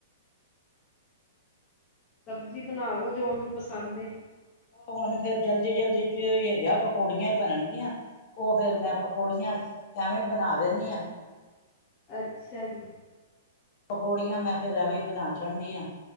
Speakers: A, on the left; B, on the left.
A: ਸਬਜੀ ਬਨਾ ਲੋ ਜੋ ਓਨੂੰ ਪਸੰਦ ਏ।
B: ਹੋਨ ਫੇਰ ਜਲਦੀ ਜਲਦੀ ਚ ਓਈ ਹੈਗਾ ਪਕੌੜੀਆਂ ਈ ਬਣਨਗੀਆਂ। ਓ ਫੇਰ ਮੈਂ ਪਕੌੜੀਆਂ ਐਵੇਂ ਈ ਬਨਾ ਦੇਨੀ ਆਂ।
A: ਅੱਛਾ ਜੀ।
B: ਪਕੌੜੀਆਂ ਮੈਂ ਫੇਰ ਐਵੇਂ ਈ ਬਨਾ ਛਡਨੀ ਆਂ।